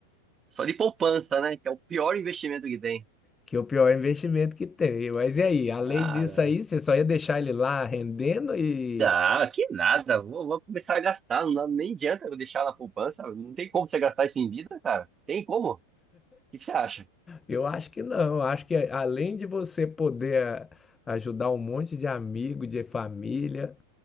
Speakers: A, on the right; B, on the left.
A: só de poupança, né? Que é o pior investimento que tem.
B: Que o pior é o investimento que tem. Mas e aí? Além
A: Cara,
B: disso aí, você só ia deixar ele lá rendendo e
A: dá, que nada. Vou, vou começar a gastar. Não, nem adianta eu deixar na poupança. Não tem como você gastar isso em vida, cara. Tem como? O que você acha?
B: eu acho que não. Eu Acho que além de você poder a- ajudar um monte de amigo, de família,